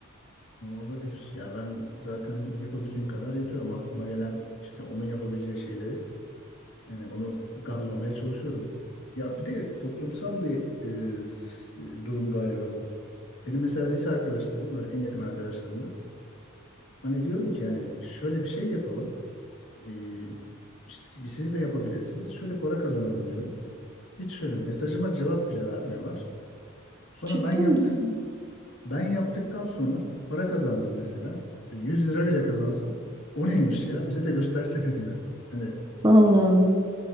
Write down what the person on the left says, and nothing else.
Olabilir. Ya ben zaten yapabildiğim kadar yapıyorum. Aklıma gelen işte onun yapabileceği şeyleri yani onu gazlamaya çalışıyorum. Ya bir de toplumsal bir e, s- e, durum galiba bu. Benim mesela lise arkadaşlarım böyle en yakın arkadaşlarımdır. Hani diyorum ki yani şöyle bir şey yapalım. Ee, işte siz de yapabilirsiniz. Şöyle para kazanalım diyorum. Hiç şöyle mesajıma cevap bile vermiyorlar. Sonra
ben yaptık
Ben yaptıktan sonra para kazandım mesela. Bir 100 lira bile kazansam o neymiş ya bize de göstersene <laughs> diyor. Hani